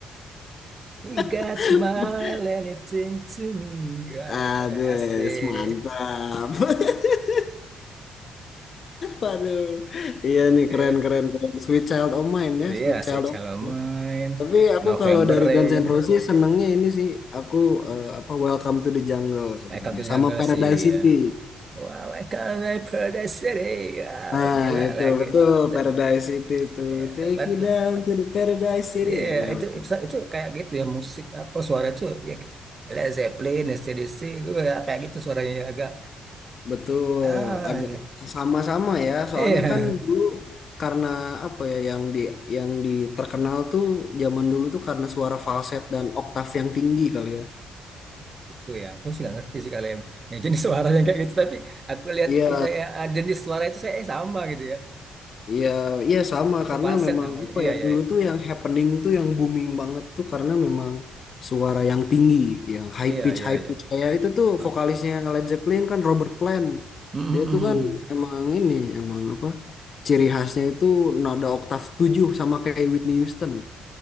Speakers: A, on the right (about 35°); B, on the left (about 50°).
A: You got
B: <laughs>
A: smile anything to me. Wah,
B: Ades,
A: itu kayak asik.
B: mantap. <laughs> Waduh. Iya
A: Iya.
B: nih keren keren keren. Sweet Child of Mine
A: So,
B: ya,
A: Iya
B: Sweet Child
A: sih Shallow
B: of Mine.
A: main,
B: ya. Tapi aku
A: November
B: kalau dari
A: Rain,
B: Guns N' Roses senengnya ini sih aku eh, apa Welcome to the Jungle sebenarnya
A: Welcome to Jungle
B: sama Paradise
A: sih
B: City.
A: ya. Wow, welcome to Paradise City. Wow,
B: Nah,
A: gila
B: itu
A: lagi.
B: betul
A: Te-
B: Paradise City itu.
A: Ya,
B: Take
A: tebat
B: me
A: lah.
B: down to the Paradise City.
A: Iya,
B: Ya, ya,
A: itu,
B: betul.
A: itu itu kayak gitu ya musik apa suara itu ya Led Zeppelin, AC/DC itu ya kayak gitu suaranya ya, agak
B: Betul,
A: Ah,
B: agak
A: ya.
B: sama-sama ya. Soalnya
A: iya.
B: kan dulu karena apa ya yang di yang di terkenal tuh zaman dulu tuh karena suara falset dan oktav yang tinggi kali ya.
A: Tuh ya, aku sih nggak ngerti sih kalau yang, yang jenis suara yang kayak gitu. Tapi aku lihat
B: Iya,
A: saya jenis suara itu saya sama gitu ya.
B: Iya, iya sama
A: Itu
B: karena
A: falset
B: memang
A: namanya.
B: apa
A: Iya,
B: ya
A: iya,
B: dulu
A: iya.
B: tuh yang happening tuh yang booming banget tuh karena memang suara yang tinggi, yang high
A: Iya,
B: pitch
A: iya,
B: high
A: iya.
B: pitch kayak itu tuh
A: Ah.
B: vokalisnya Led Zeppelin kan Robert Plant.
A: Mm, mm,
B: Dia tuh kan
A: mm.
B: emang ini emang apa ciri khasnya itu nada oktav 7 sama kayak Whitney Houston.